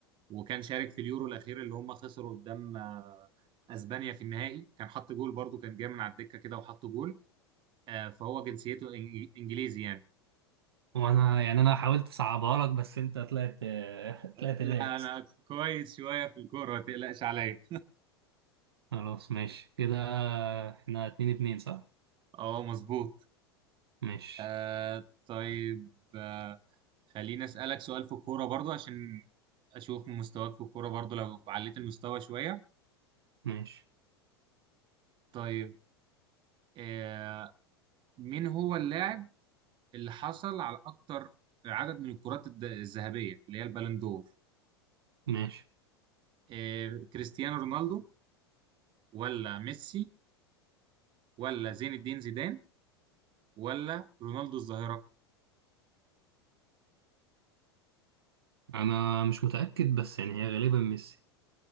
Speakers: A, on the right (about 35°); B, on the right (about 65°).
A: وكان شارك في اليورو الاخير اللي هم خسروا قدام آه، اسبانيا في النهائي كان حط جول برضو كان جاي من على الدكه كده وحط جول آه، فهو جنسيته إنج- انجليزي يعني
B: وانا يعني انا حاولت اصعبها لك بس انت طلعت <laughs>
A: آه،
B: طلعت
A: لا
B: دارس
A: انا كويس شويه في الكوره ما تقلقش عليا
B: خلاص ماشي كده احنا اتنين اتنين صح؟
A: اه مظبوط
B: ماشي
A: آه، طيب آه، خليني اسالك سؤال في الكوره برضو عشان اشوف من مستواك في الكوره برضو لو عليت المستوى شويه
B: ماشي
A: طيب آه، مين هو اللاعب اللي حصل على اكتر عدد من الكرات الد- الذهبيه اللي هي البالندور
B: ماشي
A: آه، كريستيانو رونالدو ولا ميسي ولا زين الدين زيدان ولا رونالدو الظاهرة
B: انا مش متأكد بس يعني هي غالبا ميسي